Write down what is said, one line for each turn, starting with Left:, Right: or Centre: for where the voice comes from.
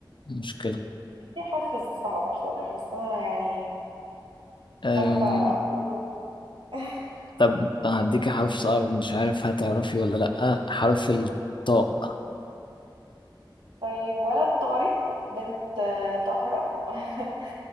Left: مشكله
Right: في حرف صعب بصراحة بس انا يعني
Left: أم...
Right: خايفة اقوله <laughs>
Left: طب هديك حرف صعب مش عارف هتعرفي ولا لا حرف الطاء
Right: طيب ولد طارق بنت آه، طاهرة <laughs>